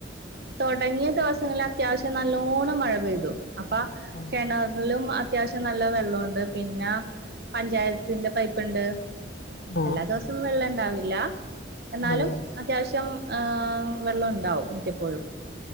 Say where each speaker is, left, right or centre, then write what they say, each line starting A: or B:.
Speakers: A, on the right (about 55°); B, on the left (about 70°).
A: തൊടങ്ങിയ ദിവസങ്ങളില് അത്യാവശ്യം നല്ലോണം മഴ പെയ്തു അപ്പം
B: ആഹ്
A: കെണറിലും അ അത്യാവശ്യം നല്ല വെള്ളൊണ്ട് പിന്ന പഞ്ചായത്തിൻ്റെ പൈപ്പിണ്ട്
B: ആഹ്
A: എല്ലാ ദിവസവും വെള്ളം ഇണ്ടാവില്ല എന്നാലും
B: ആഹ് ആഹ്
A: അത്യാവശ്യം ആ വെള്ളം ഇണ്ടാവും മിക്കപ്പോഴും